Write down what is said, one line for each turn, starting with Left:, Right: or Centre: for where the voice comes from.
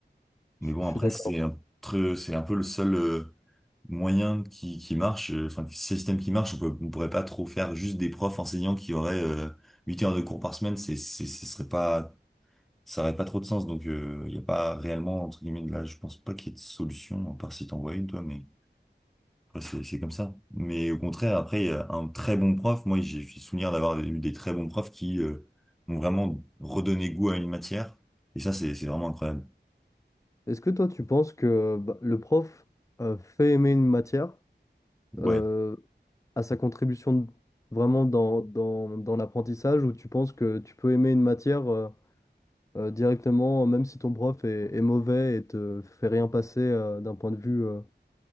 Left: Je
Centre: Mais bon,
Left: je
Centre: après,
Left: suis d'accord.
Centre: c'est un, tr- c'est un peu le seul. euh, moyen qui, qui marche, euh, enfin, qui- système qui marche, on peut, on pourrait pas trop faire juste des profs enseignants qui auraient euh, 8 heures de cours par semaine, c'est, c'est, ce serait pas, ça aurait pas trop de sens, donc euh, il n'y a pas réellement, entre guillemets, de là, je pense pas qu'il y ait de solution, à part si t'en vois une, toi, mais après, c'est c'est comme ça. Mais au contraire, après, il y a un très bon prof, moi, j'ai j'ai souvenir d'avoir eu des très bons profs qui euh, m'ont vraiment redonné goût à une matière, et ça, c'est c'est vraiment incroyable.
Left: Est-ce que toi, tu penses que bah, le prof euh, fait aimer une matière
Centre: Ouais.
Left: euh, à sa contribution de- vraiment dans, dans, dans l'apprentissage ou tu penses que tu peux aimer une matière euh, euh, directement, même si ton prof est, est mauvais et te fait rien passer euh, d'un point de vue euh,